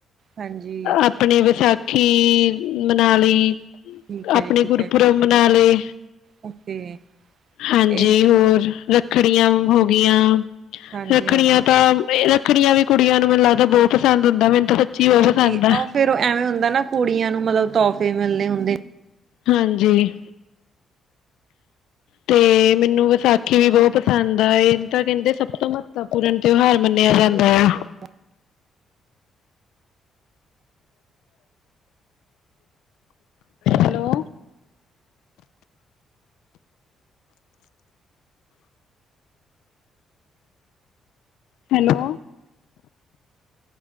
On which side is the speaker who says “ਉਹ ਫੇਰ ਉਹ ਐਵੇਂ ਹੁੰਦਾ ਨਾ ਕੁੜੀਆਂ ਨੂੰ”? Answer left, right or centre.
Right